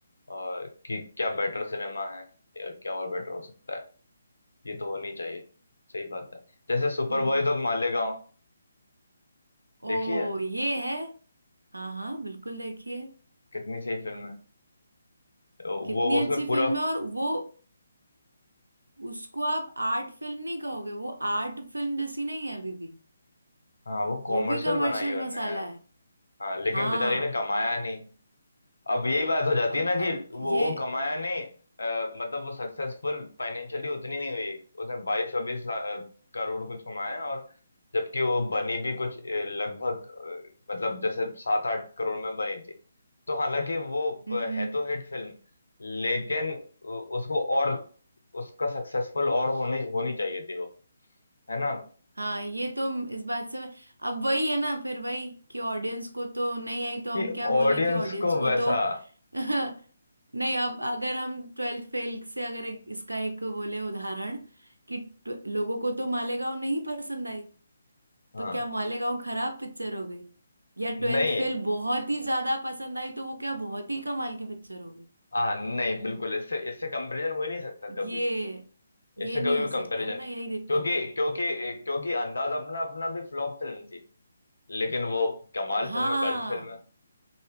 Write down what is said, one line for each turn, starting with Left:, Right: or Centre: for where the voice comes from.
Left: और कि क्या बेटर सिनेमा है या क्या और बेटर हो सकता है ये तो होनी चाहिए सही बात है जैसे सुपर
Right: हम्म
Left: बॉयज ऑफ मालेगांव
Right: ओ
Left: देखिए
Right: ये है हाँ हाँ बिल्कुल देखिए
Left: कितनी सही फिल्म है वो
Right: कितनी अच्छी
Left: उसमें पूरा
Right: फिल्म है और वो उसको आप आर्ट फिल्म नहीं कहोगे वो आर्ट फिल्म जैसी नहीं है अभी भी
Left: हाँ वो कॉमर्शियल
Right: वो भी कमर्शियल
Left: बनाई है उनने
Right: मसाला
Left: यार
Right: है
Left: हाँ लेकिन
Right: हाँ
Left: बेचारे ने कमाया नहीं अब यही बात हो जाती
Right: अब
Left: है ना
Right: अब
Left: कि वो
Right: ये
Left: वो कमाया नहीं अ, मतलब वो सक्सेसफुल फाइनेंशियली उतनी नहीं हुई उसने बाईस चौबीस करोड़ कुछ कमाया और जबकि वो बनी भी कुछ अ, लगभग अ, मतलब जैसे सात आठ करोड़ में बनी थी तो हालांकि वो
Right: हम्म
Left: अ,
Right: हम्म,
Left: है तो हिट फिल्म लेकिन उ- उसको और उसका सक्सेसफुल और होनी होनी चाहिए थी वो है ना
Right: हाँ ये तो इस बात से मैं अब वही है ना फिर वही कि ऑडियंस को तो नहीं आई तो
Left: कि
Right: हम क्या बोलें
Left: ऑडियंस
Right: कि ऑडियंस
Left: को वैसा
Right: को तो <laughs> नहीं अब अगर हम ट्वेल्थ फेल से अगर एक, इसका एक बोले उदाहरण कि ट्व- लोगों को तो मालेगांव नहीं पसंद आई
Left: हाँ
Right: तो क्या मालेगांव खराब पिक्चर हो गई या ट्वेल्थ
Left: नहीं
Right: फेल बहुत ही ज्यादा पसंद आई तो वो क्या बहुत ही कमाल की पिक्चर हो गई
Left: हाँ नहीं बिल्कुल इससे इससे कंपैरिजन हो ही नहीं सकता कभी
Right: ये
Left: भी
Right: ये
Left: इससे
Right: नहीं
Left: कभी
Right: हो
Left: भी
Right: सकता
Left: कंपैरिजन
Right: ना
Left: नहीं
Right: यही दिक्कत
Left: क्योंकि
Right: है
Left: क्योंकि क्योंकि अंदाज अपना अपना भी फ्लॉप फिल्म थी लेकिन वो कमाल
Right: हाँ
Left: फिल्म है कल्ट फिल्म है